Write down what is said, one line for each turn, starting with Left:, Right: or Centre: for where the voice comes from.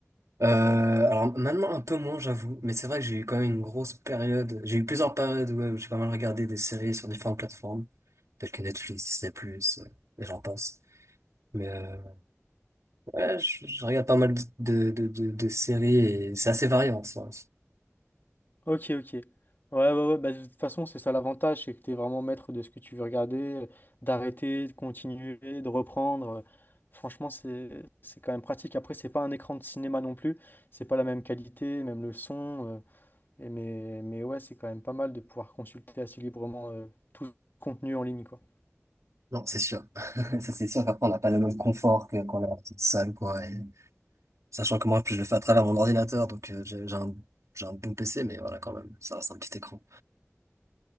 Right: Euh, alors maintenant un peu moins j'avoue, mais c'est vrai que j'ai eu quand même une grosse période, j'ai eu plusieurs périodes ouais, où euh, j'ai pas mal regardé des séries sur différentes plateformes, telles que Netflix, Disney+, euh, et j'en passe. Mais euh, ouais, je, je regarde pas mal de, de, de, de séries et c'est assez varié en soi.
Left: Ok, ok. Ouais, ouais, ouais. Bah, de toute façon, c'est ça l'avantage, c'est que tu es vraiment maître de ce que tu veux regarder, euh, d'arrêter, de continuer, de reprendre. Euh, Franchement, c'est c'est quand même pratique. Après, c'est pas un écran de cinéma non plus. C'est pas la même qualité, même le son. euh, et mais, mais ouais, c'est quand même pas mal de pouvoir consulter assez librement euh, tout ce contenu en ligne, quoi.
Right: Non, c'est sûr. <laughs> Ça, c'est sûr qu'après, on n'a pas le même confort que quand on est en petite salle, quoi. Et sachant que moi, en plus, je le fais à travers mon ordinateur, donc euh, j'ai j'ai un, j'ai un bon PC, mais voilà, quand même, ça reste un petit écran.